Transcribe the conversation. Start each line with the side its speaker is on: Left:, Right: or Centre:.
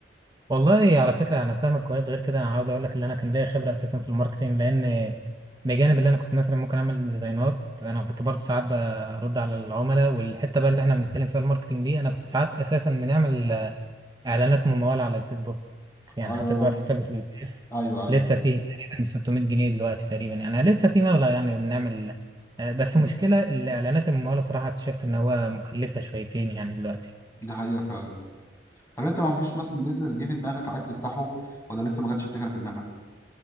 Right: والله على فكرة أنا فاهمك كويس غير كده أنا عاوز أقول لك إن أنا كان ليا خبرة أساسا في الماركتينج لأن بجانب اللي أنا كنت مثلا ممكن أعمل ديزاينات أنا كنت برضه ساعات برد على العملاء والحتة بقى اللي إحنا بنتكلم فيها الماركتينج دي أنا كنت ساعات أساسا بنعمل آه، إعلانات ممولة على الفيسبوك يعني
Left: ايوه
Right: حتى دلوقتي حسابي في البيف
Left: ايوه ايوه
Right: لسه فيه تقريبا 600 جنيه دلوقتي تقريبا يعني لسه في مبلغ يعني بنعمل آه، بس المشكلة الإعلانات الممولة صراحة اكتشفت إن هو مكلفة شويتين يعني دلوقتي
Left: دي حقيقة فعلا طب انت ما فيش مثلا بيزنس جه في دماغك عايز تفتحه ولا لسه ما جاتش الفكرة في دماغك؟